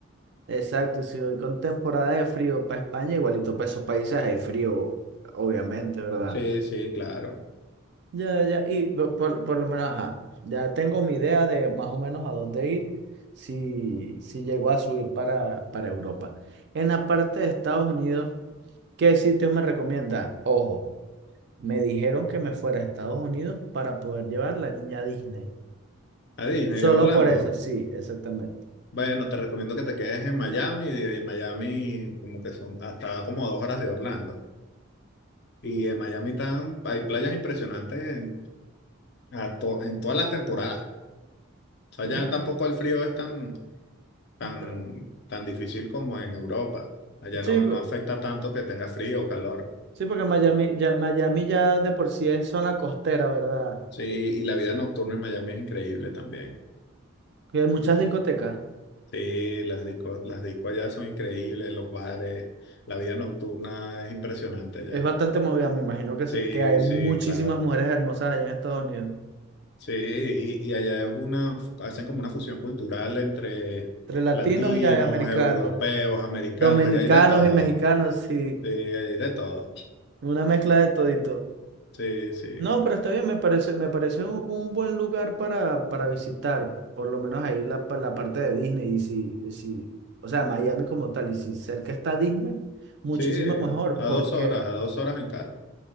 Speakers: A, on the right (about 50°); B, on the left (about 50°).
A: exacto, y si voy con temporada de frío para España, igualito para esos países hay frío, obviamente, ¿verdad?
B: Sí, sí, claro.
A: Ya, ya, y por, por- por lo menos, ajá, ya tengo mi idea de más o menos a dónde ir si, si llego a subir para, para Europa. En la parte de Estados Unidos, ¿qué sitios me recomienda? Ojo, me dijeron que me fuera a Estados Unidos para poder llevar la niña a Disney.
B: A Disney,
A: Solo
B: a Orlando.
A: por eso, sí, exactamente.
B: Bueno, te recomiendo que te quedes en Miami. y De y Miami, como que son hasta como dos horas de Orlando. Y en Miami tan, hay playas impresionantes en, a to- en todas las temporadas. O sea,
A: Mm,
B: ya tampoco el frío es tan, tan,
A: da-
B: tan difícil como en Europa. Allá
A: Sí,
B: no,
A: po-
B: no afecta tanto que tenga frío o calor.
A: sí, porque Miami ya, Miami ya de por sí es zona costera, ¿verdad?
B: Sí, y la vida nocturna en Miami es increíble también.
A: Que hay muchas discotecas.
B: Sí, las discos, las discos allá son increíbles, los bares, la vida nocturna es impresionante allá.
A: Es bastante movida, me imagino que,
B: Sí,
A: se- que hay muchísimas
B: sí, claro.
A: mujeres hermosas allá en Estados Unidos.
B: Sí, y, y allá es una, hacen como una fusión cultural entre
A: Entre latinos
B: latinos,
A: y hay americanos,
B: europeos, americanos,
A: dominicanos
B: allá hay de todo.
A: y mexicanos, sí,
B: Sí, allá hay de todo.
A: una mezcla de todito.
B: Sí, sí.
A: No, pero está bien, me parece, me parece un, un buen lugar para, para visitar, por lo menos ahí la, pa- la parte de Disney. Y si, si, o sea, Miami como tal, y si cerca está Disney, muchísimo
B: Sí,
A: mejor,
B: a
A: porque,
B: dos horas, a dos horas en carro.